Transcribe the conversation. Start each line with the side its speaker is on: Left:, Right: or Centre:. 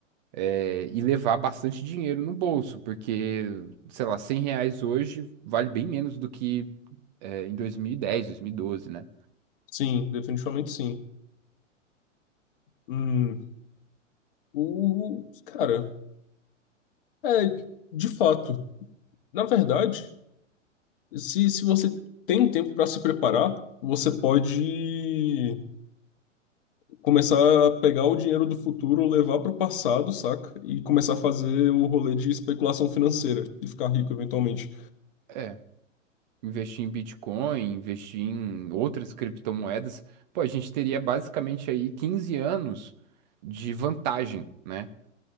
Right: É, e levar bastante dinheiro no bolso, porque, sei lá, 100 reais hoje vale bem menos do que é, em 2010, 2012, né?
Left: sim, definitivamente sim. Hum, o, cara, é, de fato, na verdade. Se, se você tem um tempo para se preparar, você pode começar a pegar o dinheiro do futuro, levar para o passado, saca? E começar a fazer o rolê de especulação financeira e ficar rico eventualmente.
Right: É. investir em Bitcoin, investir em outras criptomoedas, pô, a gente teria basicamente aí 15 anos de vantagem, né?